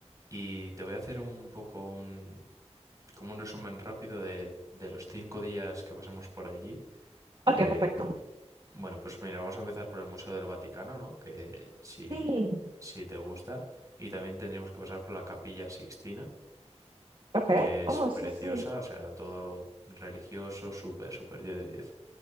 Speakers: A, on the right; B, on the right.
A: Y te voy a hacer un poco un, como un resumen rápido de, de los cinco días que pasemos por allí.
B: Okay,
A: Eh,
B: perfecto.
A: Bueno, pues mira, vamos a empezar por el Museo del Vaticano, ¿no? Que si,
B: Sí.
A: si te gusta. Y también tendríamos que pasar por la Capilla Sixtina,
B: Okay.
A: que es
B: Oh,
A: preciosa,
B: sí, sí.
A: o sea, todo religioso, súper, súper 10 de 10.